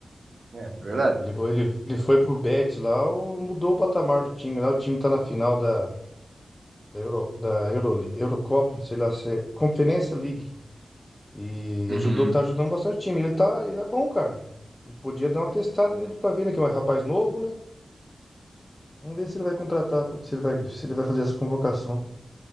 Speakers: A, on the right; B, on the left.
A: É, é verdade.
B: Ele foi, ele, ele foi pro Betis lá, o- mudou o patamar do time. Lá o time tá na final da, da, Euro, da Euro, Eurocopa, não sei lá se é, Conferência League. E
A: Uhum.
B: ajudou, tá ajudando bastante o time. Ele tá, ele é bom, cara. Ele podia dar uma testada nele pra ver, né? Que é um rapaz novo, né? Vamos ver se ele vai contratar, se ele vai, se ele vai fazer essa convocação.